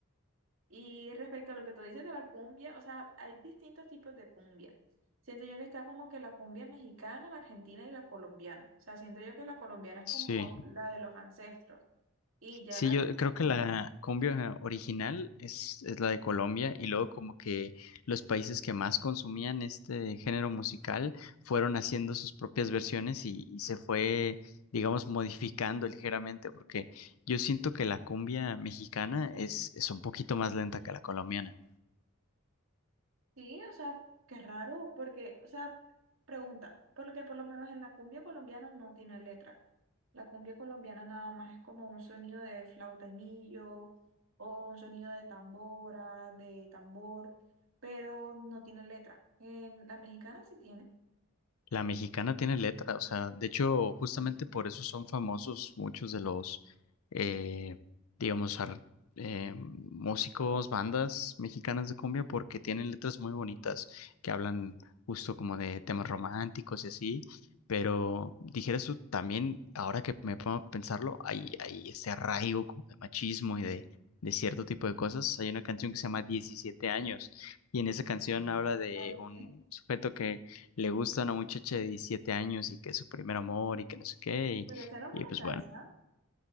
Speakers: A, on the right (about 65°); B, on the left (about 80°).
A: y respecto a lo que tú dices de la cumbia, o sea, hay distintos tipos de cumbia. Siento yo que está como que la cumbia mexicana, la argentina y la colombiana. O sea, siento yo que la colombiana es
B: sí.
A: como la de los ancestros y ya
B: Sí,
A: la...
B: yo
A: argentina-
B: creo que la cumbia original es, es la de Colombia y luego como que los países que más consumían este género musical fueron haciendo sus propias versiones y, y se fue, digamos, modificando ligeramente porque yo siento que la cumbia mexicana es, es un poquito más lenta que la colombiana.
A: Sí, o sea, qué raro, porque, o sea, pregunta, porque por lo menos en la cumbia colombiana no tiene letra. La cumbia colombiana nada más es como un sonido de flautemillo o un sonido de tambora, de tambor, pero no tiene letra. En la mexicana sí tiene.
B: La mexicana tiene letra, o sea, de hecho, justamente
A: Mm,
B: por eso son famosos muchos de los, eh, digamos, ar- eh, músicos, bandas mexicanas de cumbia, porque tienen letras muy bonitas que hablan justo como de temas románticos y así. Pero dijeras tú también, ahora que me pongo a pensarlo, hay, hay ese arraigo como de machismo y de, de cierto tipo de cosas. Hay una canción que se llama 17 años y en esa canción habla de
A: vale.
B: un sujeto que le gusta a una muchacha de 17 años y que es su primer amor y que no sé qué.
A: Pero esa no es una
B: Y, y pues bueno,
A: salsa,